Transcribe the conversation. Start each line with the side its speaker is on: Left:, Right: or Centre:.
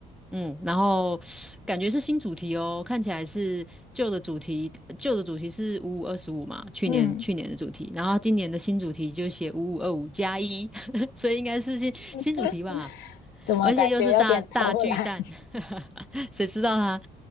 Centre: 嗯，然后感觉是新主题哦，看起来是旧的主题，旧的主题是五五二十五嘛，去年去年的主题，
Left: 嗯，
Centre: 然后今年的新主题就写五五二五加一，<laughs> 所以应该是新新主题吧。
Left: <laughs> 怎么感觉有点偷懒？
Centre: 而且又是大大巨蛋，<laughs> 谁知道他